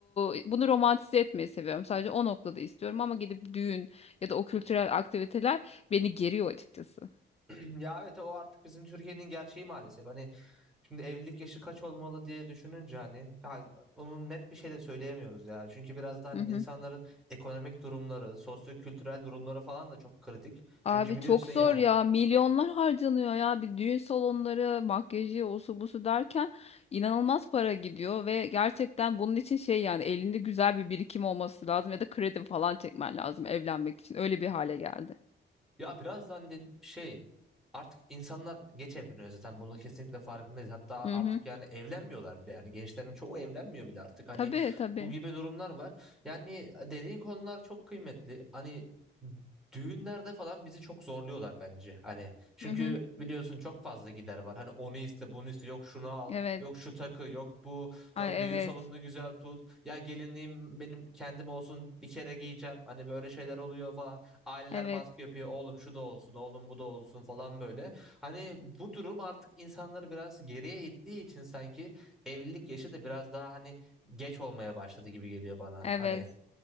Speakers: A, on the left (about 30°); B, in the centre.
A: e, bunu romantize etmeyi seviyorum. Sadece o noktada istiyorum ama gidip düğün ya da o kültürel aktiviteler beni geriyor açıkçası.
B: <clears throat> Ya evet o artık bizim Türkiye'nin gerçeği maalesef. Hani şimdi evlilik yaşı kaç olmalı diye düşününce hani ya onun net bir şey de söyleyemiyoruz ya. Çünkü biraz da hani
A: Hı
B: insanların
A: hı.
B: ekonomik durumları, sosyo-kültürel durumları falan da çok kritik. Çünkü
A: Abi
B: biliyorsun
A: çok zor
B: yani
A: ya. Milyonlar harcanıyor ya. Bir düğün salonları, makyajı, osu busu derken inanılmaz para gidiyor ve gerçekten bunun için şey yani elinde güzel bir birikim olması lazım ya da kredi falan çekmen lazım evlenmek için. Öyle bir hale geldi.
B: Ya birazdan de şey artık insanlar geç evleniyor zaten bunu kesinlikle farkındayız. Hatta
A: Hı
B: artık
A: hı.
B: yani evlenmiyorlar bile yani gençlerin çoğu evlenmiyor bile artık hani
A: Tabii tabii.
B: bu gibi durumlar var. Yani dediğin konular çok kıymetli. Hani düğünlerde falan bizi çok zorluyorlar bence. Hani çünkü
A: Hı hı.
B: biliyorsun çok fazla gider var. Hani onu iste, bunu iste, yok şunu al,
A: Evet.
B: yok şu takı, yok bu.
A: Ay
B: Sonra düğün
A: evet.
B: salonunu güzel tut. Ya gelinliğim benim kendim olsun bir kere giyeceğim. Hani böyle şeyler oluyor falan. Aileler
A: Evet.
B: baskı yapıyor. Oğlum şu da olsun, oğlum bu da olsun falan böyle. Hani bu durum artık insanları biraz geriye ittiği için sanki evlilik yaşı da biraz daha hani geç olmaya başladı gibi geliyor bana.
A: Evet.
B: Hani